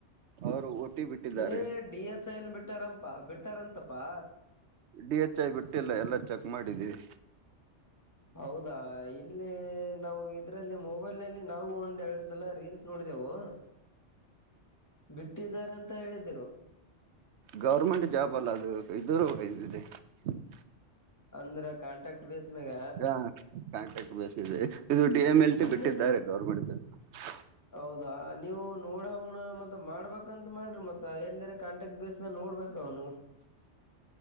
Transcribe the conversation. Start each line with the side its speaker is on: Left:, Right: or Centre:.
Right: ಅವರು ಟಿ ಬಿಟ್ಟಿದ್ದಾರೆ
Left: ಏ ಡಿ ಎಚ್ ಐನ್ ಬಿಟ್ಟಾರಪಾ ಬಿಟ್ಟಾರಂತಪ್ಪಾ.
Right: ಡಿ ಎಚ್ ಐ ಬಿಟ್ಟಿಲ್ಲ ಎಲ್ಲ ಚೆಕ್ ಮಾಡಿದೀವಿ.
Left: ಹೌದಾ ಇಲ್ಲಿ ನಾವು ಇದ್ರಲ್ಲಿ ಮೊಬೈಲ್ ನಲ್ಲಿ ನಾವು ಒಂದ್ ಎರಡ್ <unintelligible> ರೀಲ್ಸ್ ನೋಡಿದೆೆವು ಬಿಟ್ಟಿದ್ದಾರೆ ಅಂತ ಹೇಳಿದ್ದಿರು.
Right: ಗೌರ್ಮೆಂಟ್ ಜಾಬ್ ಅಲ್ಲ ಅದು <unintelligible>
Left: ಅಂದ್ರ ಕಾಟಾಕ್ಟ್ ಬೇಸ್ ಮ್ಯಾಗ
Right: ಹಾ ಕಾಂಟಾಕ್ಟ್ ಬೇಸ್ ಇದು ಡಿ ಎಂ ಎಲ್
Left: ಸುಮ್ನೆ
Right: ಟಿ ಬಿಟ್ಟಿದ್ದಾರೆ
Left: ನೀವು
Right: ಗೌರ್ಮೆಂಟ್. <unintelligible>
Left: ಹೌದಾ ನೀವು ನೋಡೋಣ <unintelligible> ಮಾಡ್ಬೇಕ್ ಕಂತ ಮಾಡ್ರಿ ಮತ್ತ ಎಲ್ಲರೆ ಕಾಂಟಾಕ್ಟ್ ಬೇಸ್ ಮೇಲ್ ನೋಡ್ಬೇಕ ಅವನು.